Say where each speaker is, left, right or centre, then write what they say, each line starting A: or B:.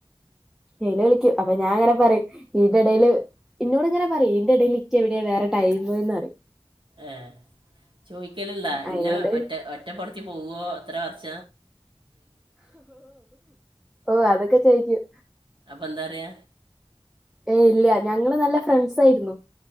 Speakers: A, in the centre; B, on the right.
A: യില് വിളിക്കും അപ്പൊ ഞാൻ അങ്ങനെ പറയും ഇതിൻ്റെ ഇടയില് ഇന്നോട് ഇങ്ങനെ പറയും ഇന്റെ ഇടേല് നിക്കെവിടാ വേറെ ടൈംമ്ന്ന്റയും
B: ഏഹ് ചോയിക്കലിണ്ടാ
A: അയിനോണ്ട്
B: ഇന്ന ഒറ്റ ഒറ്റപ്പെടുത്തി പോവോ അത്ര വർഷ
A: ഓഹ് അതൊക്കെ ചോയിക്കും
B: അപ്പന്താറയ
A: ഏയ് ഇല്ല്യാ ഞങ്ങള് നല്ല ഫ്രണ്ട്സ് ആയിരുന്നു